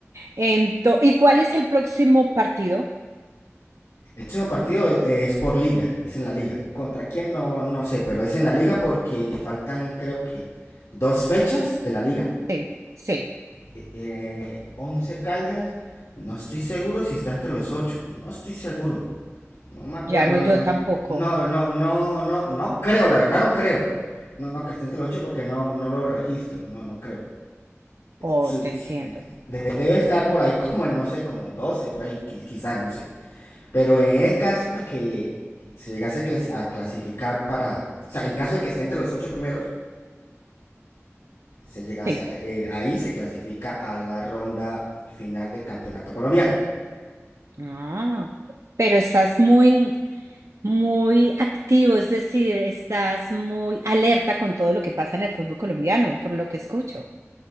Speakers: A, on the right; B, on the left.
A: Ento- ¿y cuál es el próximo partido?
B: El próximo partido es, es por liga, es en la liga. ¿Contra quién? No, no sé, pero es en la liga porque faltan creo que dos fechas de la liga.
A: Sí, sí,
B: Eh, 11 Caldas, no estoy seguro si está entre los ocho, no estoy seguro. No me acuerdo,
A: ya no yo
B: no,
A: tampoco.
B: no, no, no, no, no creo, la verdad no creo. No, que esté entre los ocho porque no, no lo registro, no, no creo.
A: Oh,
B: su-
A: te entiendo.
B: su- de- Debe estar por ahí como en, no sé, como 12 por ahí, qui- quizás, no sé. Pero en el caso de que se llegase a clasi- a clasificar para, o sea, en caso de que esté entre los ocho primeros, se llegase
A: Sí.
B: a- el- ahí se clasifica a la ronda final del campeonato colombiano.
A: Ah, pero estás muy, muy activo, es decir, estás muy alerta con todo lo que pasa en el fútbol colombiano, por lo que escucho.